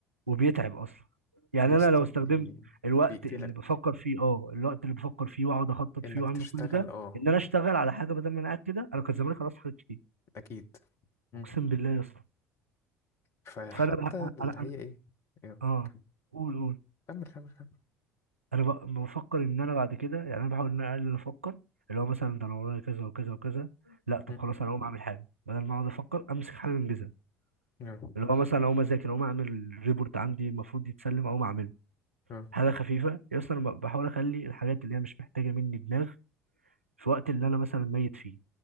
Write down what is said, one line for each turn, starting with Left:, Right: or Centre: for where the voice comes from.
Right: وبيتعب اصلا يعني
Left: يا اسطى
Right: انا لو استخدمت
Left: بي...
Right: الوقت
Left: بيقتلك
Right: اللي بفكر فيه اه الوقت اللي بفكر فيه واقعد اخطط
Left: انك
Right: فيه واعمل
Left: تشتغل
Right: كل ده
Left: اه
Right: ان انا اشتغل على حاجه بدل ما انا قاعد كده انا كان زماني خلاص حاجات كتير
Left: اكيد مم.
Right: اقسم بالله يا اسطى
Left: فحتى
Right: فانا بح- انا
Left: اللي
Right: انا
Left: هي
Right: أنا-
Left: ايه يلا،
Right: اه
Left: كمل
Right: قول قول
Left: كمل كمل كمل.
Right: انا ب- بفكر ان انا بعد كده يعني انا بحاول ان انا اقلل افكر اللي هو مثلا ده انا ورايا كذا وكذا وكذا لا طب
Left: مم.
Right: خلاص انا اقوم اعمل حاجه بدل ما اقعد افكر امسك حاجه انجزها
Left: يلا،
Right: اللي هو مثلا اقوم اذاكر اقوم اعمل ريبورت عندي المفروض يتسلم اقوم اعمله
Left: يلا.
Right: حاجه خفيفه يا اسطى انا ب- بحاول اخلي الحاجات اللي هي مش محتاجه مني دماغ في وقت اللي انا مثلا ميت فيه